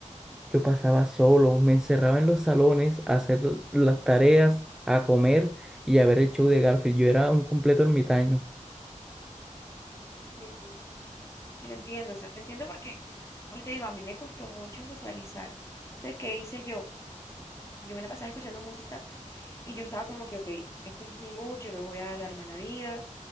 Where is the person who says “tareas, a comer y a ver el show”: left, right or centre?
Centre